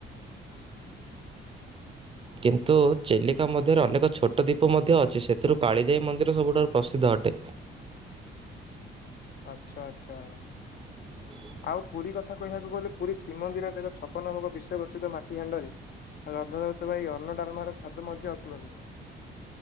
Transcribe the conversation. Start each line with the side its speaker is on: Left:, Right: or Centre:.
Left: <inaudible>
Right: କିନ୍ତୁ ଚେଲିକା ମଧ୍ୟରେ ଅନେକ ଛୋଟ ଦ୍ୱୀପ ମଧ୍ୟ ଅଛି ସେଥିରୁ କାଳିଜାଇ ମନ୍ଦିର ସବୁଠାରୁ ପ୍ରସିଦ୍ଧ ଅଟେ।
Left: ଆଚ୍ଛା ଆଚ୍ଛା।
Right: <inaudible>
Left: ଆଉ ପୁରୀ କଥା କହିବାକୁ ଗଲେ ପୁରୀ ଶ୍ରୀମନ୍ଦିରରେ ଛପନ ଭୋଗ ବିଶ୍ୱ ପ୍ରସିଦ୍ଧ ମାଟି ହାଣ୍ଡରେ ରଧ ଦଉଥିବା ଏଇ ଅର୍ଣ୍ଣ ଡାଲ୍ମାର ସ୍ଵାଦ ମଧ୍ୟ ଅତୁଳନୀୟ।